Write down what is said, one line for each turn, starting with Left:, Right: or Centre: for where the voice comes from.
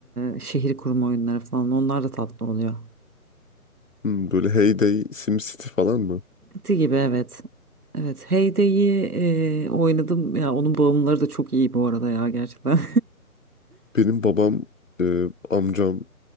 Right: e, şehir kurma oyunları falan. Onlar da tatlı oluyor.
Left: Hmm, böyle heyday Day, Sim City falan mı?
Right: Ti gibi evet. Evet, Heyde'yi e, oynadım. Ya onun bağımlıları da çok iyi bu arada ya gerçekten.
Left: Benim babam, e, amcam